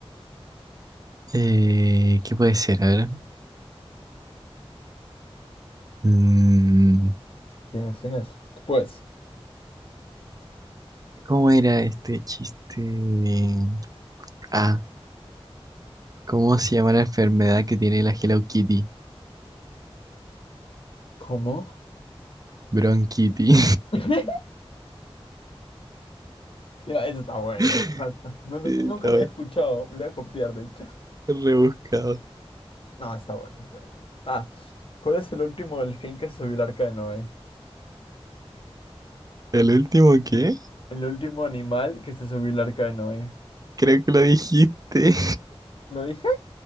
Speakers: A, on the right (about 40°); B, on the left (about 60°).
A: eh, ¿qué puede ser? A ver. Mm,
B: Tienes, tienes. Tú puedes.
A: ¿cómo era este chiste? de- Ah, ¿cómo se llama la enfermedad que tiene la Hello Kitty?
B: ¿Cómo?
A: Bronquitty.
B: <laughs> Ya, eso está bueno.
A: <laughs>
B: Ah, <laughs> no, no-
A: Estaba
B: nunca lo había escuchado. Lo voy a copiar, de hecho.
A: rebuscado.
B: No, está bueno, está bueno. Ah, ¿cuál es el último delfín que se subió al arca de Noé?
A: ¿El último qué?
B: El último animal que se subió al arca de Noé.
A: Creo que lo dijiste.
B: ¿Lo dije?